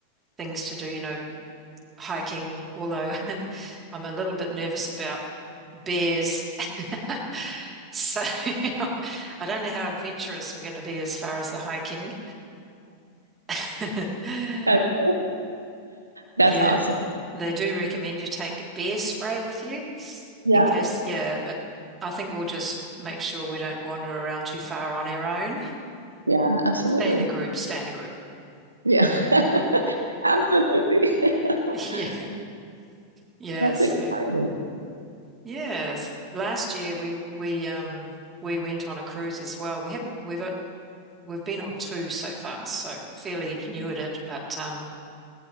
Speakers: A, on the right (about 20°); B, on the right (about 80°).
A: things to do. You know, hiking. Although <laughs> I'm a little bit nervous about bears, <laughs> so <laughs> I don't know how adventurous we're going to be as far as the hiking. <laughs>
B: that- that's
A: Yeah,
B: awesome.
A: they do recommend you take bear spray with you.
B: Yeah,
A: in case, yeah, but I think we'll just make sure we don't wander around too far on our own.
B: yeah, absolutely.
A: Stay in a group, stay in a group.
B: Yeah, <laughs> absolutely. <laughs>
A: <laughs> Yeah. Yes.
B: That's
A: So,
B: exciting.
A: yes. Last year we we um we went on a cruise as well. We haven't we've uh, we've been on two so far, so fairly new at it, but um